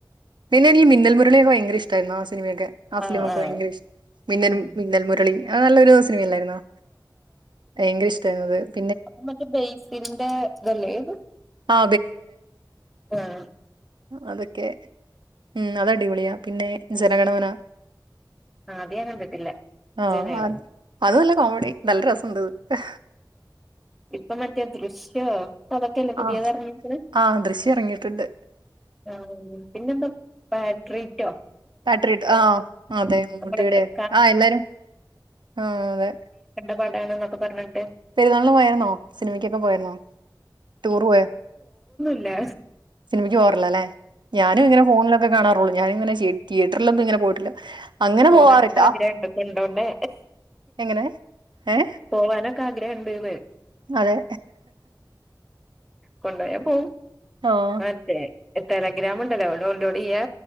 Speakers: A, on the right (about 80°); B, in the centre.
A: പിന്നെ ഇനീ മിന്നെൽ മുരെളിയെക്കേ ഭയങ്കര ഇഷ്ടാര്ന്ന് സിനിമയെക്കെ ആ ഫിലിമെക്കേ
B: ആഹ് ആഹ്
A: ഭയങ്കര ഇഷ് മിന്നൽ
B: ഉം
A: മിന്നൽ മുരെളി അത് നല്ലൊരു സ് അല്ലാര്ന്നോ ഭയങ്കര ഇഷ് <unintelligible>
B: അപ്പം മറ്റേ ബേയ്സെലിന്റെ ഇത് അല്ലോ
A: ആ
B: ആാ
A: അതെക്കെ ഉം അതാടിപൊളിയാ പിന്നെ ജനഗണമന
B: ആ അത് ഞാൻ കണ്ടിട്ടില്ല
A: ആ
B: ജനഗണമന
A: അത് അത് നല്ല കോമഡി നല്ല രസമുണ്ട് അത്.
B: ഇപ്പം മറ്റേ ദൃശ് <unintelligible> അതൊക്കെല്ലേ പുതിയത്
A: ആ
B: എറങ്ങിക്കണെ
A: ആ ദൃശ്യം ഇറങ്ങിയിട്ടുണ്ട്
B: ആ പിന്നെന്താ ബ റ്റീറ്റോ
A: പാട്രീക്ക് ആ അതെ മമ്മൂട്ടിയുടെ
B: <unintelligible>
A: ആ എല്ലാരും ആ അതെ
B: പാടണെന്നൊക്കേ പറഞ്ഞി
A: പെരുന്നാളിന് പോയര്ന്നോ സിനിമക്കൊക്കെ പോയാര്ന്നോ ടൂറ് പോയോ
B: അല്ല
A: സിനിമക്ക് പോറില്ല അല്ലെ ഞാനും ഇങ്ങനെ ഫോണിലക്കെ കാണാറുള്ളൂ ഞാന ഇങ്ങനെ ഇത്രല്ലൊന്നും ഇങ്ങെ പോയിട്ടില്ല അങ്ങനെ
B: പോകാനൊക്കെ
A: പോവാറില്ല
B: ആഗ്രഹംുണ്ട് കൊണ്ടോണ്ടേ
A: എങ്ങനെ ഏ
B: പോകാനൊക്കെ ആഗ്രഹുണ്ട്ന്ന്
A: അതെ
B: കൊണ്ടായ പോ
A: ആഹ്
B: മതേ എത്ര ഗ്രാമ ഉണ്ടല്ലോ ഡൗൺലോഡ് ചെയ്യാ